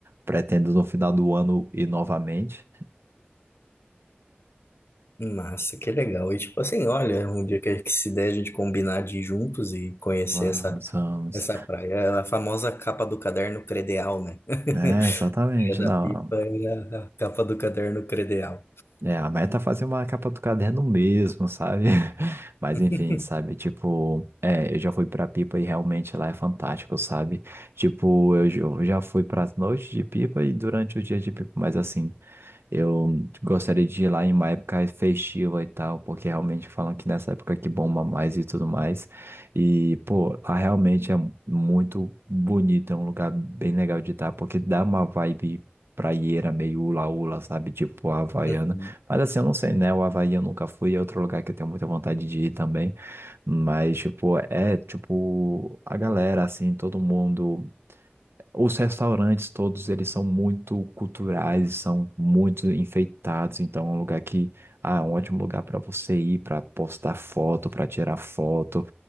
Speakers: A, on the right; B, on the left.
A: Pretendo no final do ano ir novamente.
B: Massa, que legal. E tipo assim, olha, um dia que, que se der a gente combinar de ir juntos e conhecer
A: Vamos,
B: essa,
A: vamos.
B: essa praia, É a famosa capa do caderno credeal, né? <laughs>
A: É, exatamente,
B: É da
A: não.
B: pipa e a a capa do caderno credencial.
A: É, a meta é fazer uma capa do caderno mesmo, sabe? <laughs> Mas
B: <laughs>
A: enfim, sabe? Tipo, é, eu já fui pra Pipa e realmente lá é fantástico, sabe? Tipo, eu j- eu já fui pras noites de Pipa e durante o dia de Pipa, mas assim, eu gostaria de ir lá em uma época festiva e tal, porque realmente falam que nessa época que bomba mais e tudo mais. E, pô, lá realmente é muito bonito, é um lugar bem legal de estar, porque dá uma vibe praieira meio hula-hula, sabe? Tipo, a Havaiana.
B: Uhum,
A: Mas assim, eu não sei, né? O Havaí eu nunca fui, é outro lugar que eu tenho muita vontade de ir também. Mas, tipo, é, tipo, a galera, assim, todo mundo. Os restaurantes todos, eles são muito culturais, são muito enfeitados. Então, é um lugar que, ah, é um ótimo lugar para você ir, para postar foto, para tirar foto.